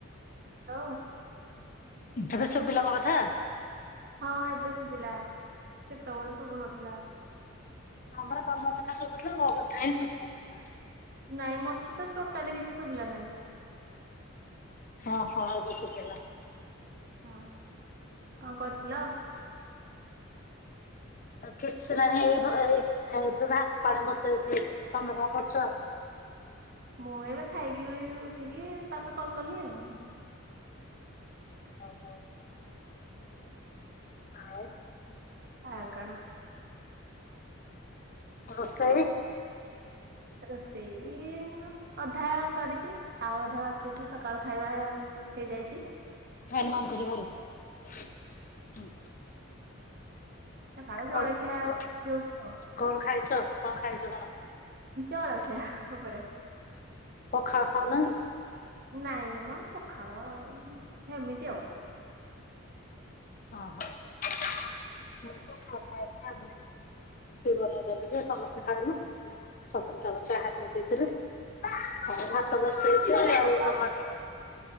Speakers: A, on the right; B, on the left.
A: Hello.
B: ଏବେ ଶୁଭିଲା ମୋ କଥା?
A: ହଁ, ଏବେ ଶୁଭିଲା। ସେତେବେଳୁ ଶୁଭୁ ନଥିଲା।
B: ହଁ, ପରା ତମ କଥା ଶୁଭୁଥିଲା। ମୋ କଥା ହିଁ ଶୁଭୁ ନଥିଲା।
A: ନାଇଁ ମତେ ତ ଟୋଟାଲି କିଛି ଶୁବିଲା ନାହିଁ।
B: ହଁ ହଁ ଏବେ ଶୁଭିଲା।
A: ହଁ ଆଉ କଣ କରୁଥିଲ?
B: କିଛି ନାହିଁ ଏଇ ଏଇ ଏବେ ଭାତ ପାଣି ବସେଇଛି। ତମେ କଣ କରୁଛ?
A: ମୁଁ ଏବେ ଖାଇକି ଉଠିକି ତାପରେ କଲ୍ କଲି ଆଉ।
B: ହଉ ହଉ। ଆଉ?
A: ଆଉ କଣ?
B: ରୋଷେଇ?
A: ରୋଷେଇ ଅଧା ସରିଚି ଆଉ ଅଧା ବାକି ଅଛି। ସକାଳୁ ଖାଇବା। ହେଇଯାଇଚି।
B: <unintelligible>
A: ସକାଳେ
B: କଣ
A: ଜଳଖିଆ
B: କ
A: ଦଉଛି ତ।
B: କଣ ଖାଇଚ କଣ ଖାଇଚ କଣ?
A: ଜଳଖିଆ ଉପରେ।
B: ପଖାଳ ଖାଉନ କି।
A: ନାଇଁ ମ ପଖାଳ ଏମିତି ଆଉ।
B: ଓହୋ। <unintelligible> ଆ ଏତେ ବନେଇଦେଲୁ ଯେ ସମସ୍ତେ ଖାଇଲୁ। ସକାଳୁ ତାର ଚାହା ପି ଦେଇଥିଲ ଆଉ ଭା ତ ବସେଇଚି ଆଉ
A: ତ
B: ଟମାଟୋ